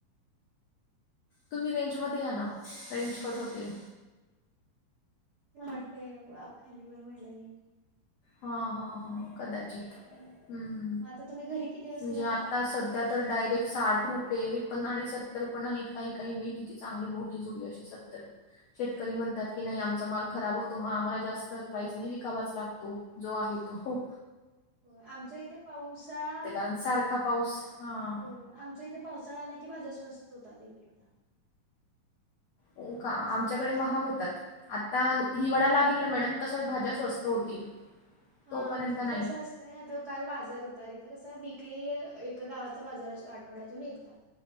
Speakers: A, on the left (about 85°); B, on the right (about 60°).
A: तुम्ही रेंजमध्ये या ना रेंज कट होतेयं.
B: वाटतंय वाफ खालीवर वाहलागलेय.
A: हां हां हां कदाचित
B: हम्म.
A: हूं
B: मग आता तुम्ही घरी किती वाजता
A: म्हणजे
B: जाता
A: आता सध्या तर डायरेक्ट साठ रुपये पण आणि सत्तर पण आहेत काही काही मेथी ती चांगली मोठी जुडी अशी सत्तर शेतकरी
B: बाप
A: मंत त्यात की नाही आमचा माल खराब होतो मग आम्हाला जास्त प्राईज नी विकावाच लागतो जो आहे तो.
B: होय आमचा इथे पावसाळा
A: अन् सारखा पाऊस हां
B: होय आमच्या इथे पावसाळा आला की भाज्या स्वस्त होतात एक एकदा.
A: हों का!
B: असं
A: आमच्याकडे
B: होत
A: महाग होतात. आता हिवडा लागील ना मॅडम तशा भाज्या स्वस्त होतील.
B: हां
A: तोपर्यंत
B: आमच्यात
A: नाही.
B: कसं असतंय आता काल बाजार होता इथं कस विकली ए त गावाचा बाजार असतो आठवड्यातून एकदा